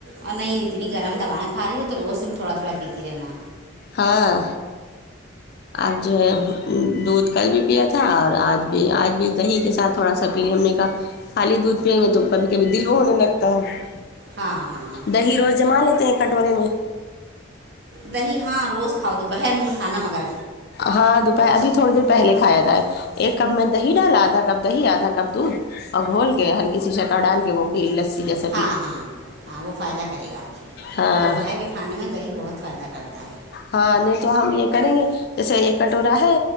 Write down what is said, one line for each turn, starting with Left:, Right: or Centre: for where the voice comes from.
Right: اور نہیں اتنی گرم دوائیں کھا رہی ہے تو روز تم تھوڑا تھوڑا پیتی رہنا
Left: ہاں آج جو ہے دودھ کل بھی پیا تھا اور آج بھی آج بھی دہی کے ساتھ تھوڑا سا پیے ہم نے کا خالی دودھ پیئیں گے تو کبھی کبھی دل وہ ہونے لگتا ہے
Right: ہاں ہاں
Left: دہی روز جما لیتے ہیں کٹورے میں
Right: دہی ہاں روز کھاؤ دوپہر میں کھانا مگر
Left: ہاں دوپہر ابھی تھوڑی دیر پہلے کھایا جائے ایک کپ میں دہی ڈالا آدھا کپ دہی آدھا کپ دودھ اور گھول کے ہلکی سی شکا ڈال کے وہ کی لسی جیسی
Right: ہاں ہاں ہاں وہ فائدہ کرے گا
Left: ہاں
Right: دوپہر کے کھانے میں دہی بہت فائدہ کرتا ہے
Left: ہاں نہیں تو ہم یہ کریں گے جیسے یہ کٹورا ہے